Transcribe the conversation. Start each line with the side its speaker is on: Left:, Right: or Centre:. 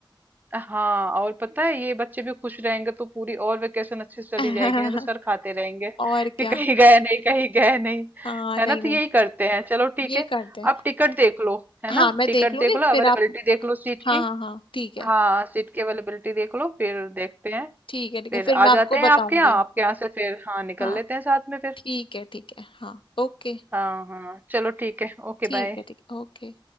Right: हाँ और पता है ये बच्चे भी खुश रहेंगे तो पूरी और वेकेशन अच्छे से चली
Left: <laughs>
Right: जाएगी नहीं तो सर खाते रहेंगे <laughs>
Left: और
Right: कि
Left: क्या
Right: कहीं गए नहीं कहीं गए नहीं
Left: हाँ
Right: है
Left: नहीं
Right: ना तो
Left: नहीं
Right: यही करते हैं चलो ठीक
Left: ये
Right: है
Left: करते हैं
Right: आप टिकट देख लो है
Left: हाँ
Right: ना
Left: मैं
Right: टिकट
Left: देख लूंगी
Right: देख लो अवेलेबिलिटी
Left: फिर आप
Right: देख लो सीट
Left: हाँ
Right: की
Left: हाँ हाँ ठीक है
Right: हाँ सीट की अवेलेबिलिटी देख लो फिर देखते हैं
Left: ठीक है ठीक
Right: फिर
Left: है फिर
Right: आ
Left: मैं आपको
Right: जाते हैं
Left: बताऊंगी
Right: आपके यहाँ आपके यहाँ से फिर हाँ निकल
Left: हाँ
Right: लेते हैं साथ में फिर
Left: ठीक है ठीक है हाँ ओके
Right: हाँ हाँ चलो ठीक है ओके
Left: ठीक
Right: बाय
Left: है ठीक है ओके